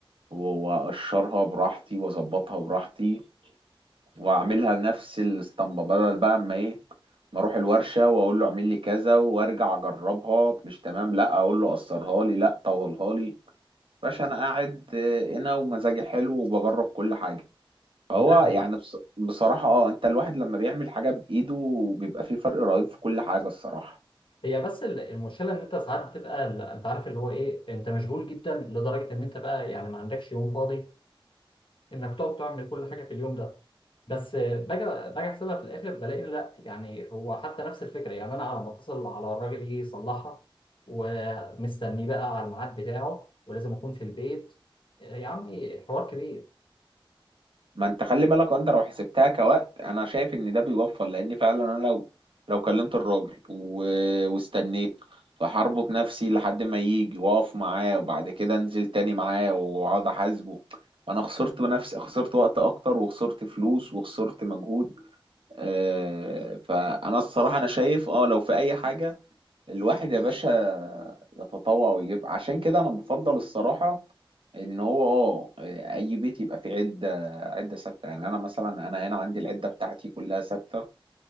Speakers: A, on the right; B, on the left.
A: و- واقشرها براحتي واظبطها براحتي واعملها نفس الاسطمبه بدل بقى اما ايه ما اروح الورشه واقول له اعمل لي كذا وارجع اجربها مش تمام لا اقول له قصرها لي لا طولها لي باشا انا قاعد آه، هنا ومزاجي حلو وبجرب كل حاجه فهو
B: فاهم
A: يعني بص- بصراحه اه انت الواحد لما بيعمل حاجه بايده بيبقى فيه فرق رهيب في كل حاجه الصراحه
B: هي بس ال- المشكله ان انت ساعات بتبقى ال- انت عارف اللي هو ايه انت مشغول جدا لدرجه ان انت بقى يعني ما عندكش يوم فاضي انك تقعد تعمل كل حاجه في اليوم ده بس باجي باجي احسبها في الاخر بلاقي إن لا يعني هو حتى نفس الفكره يعني انا على ما اتصل على الراجل يجي يصلحها ومستني بقى على الميعاد بتاعه ولازم اكون في البيت يا عمي حوار كبير
A: ما انت خلي بالك انت لو حسبتها كوقت انا شايف ان ده بيوفر لان فعلا انا لو لو كلمت الراجل و... واستنيت فهربط نفسي لحد ما يجي واقف معاه وبعد كده انزل تاني معاه واقعد احاسبه وانا خسرت نفسي خسرت وقت اكتر وخسرت فلوس وخسرت مجهود آه فانا الصراحة انا شايف اه لو في اي حاجة الواحد يا باشا يتطوع ويجيب عشان كده انا بفضل الصراحة ان هو اه اي بيت يبقى فيه عده عده ثابته يعني انا مثلا انا هنا عندي العده بتاعتي كلها ثابته